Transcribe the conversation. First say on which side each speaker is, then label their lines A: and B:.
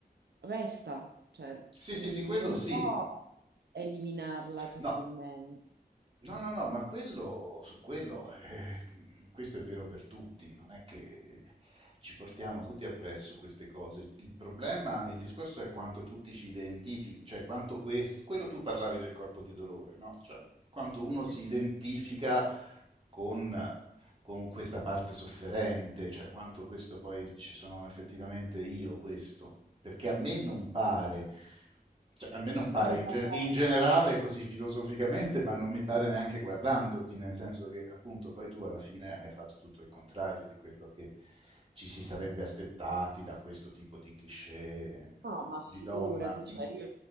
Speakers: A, on the right; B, on the right.
A: resta, cioè
B: Sì, sì,
A: mm,
B: sì, quello
A: non
B: sì.
A: può eliminarla totalmente.
B: No, No, no, no, ma quello, su quello, eh, questo è vero per tutti, non è che ci portiamo tutti appresso queste cose. Il problema, il discorso è quanto tutti ci identifichi, cioè quanto questo, quello tu parlavi del corpo di dolore, no? Cioè quanto uno si
A: Eh,
B: identifica con con questa parte sofferente, cioè quanto questo poi dice sono effettivamente io questo, perché a me non pare, cioè, a me non pare
A: vabbè.
B: in, ge- in generale così filosoficamente, ma non mi pare neanche guardandoti, nel senso che appunto poi tu alla fine hai fatto tutto il contrario di quello che ci si sarebbe aspettati da questo tipo di cliché
A: No, ma figurati,
B: di donna.
A: cioè
B: Mm.
A: io,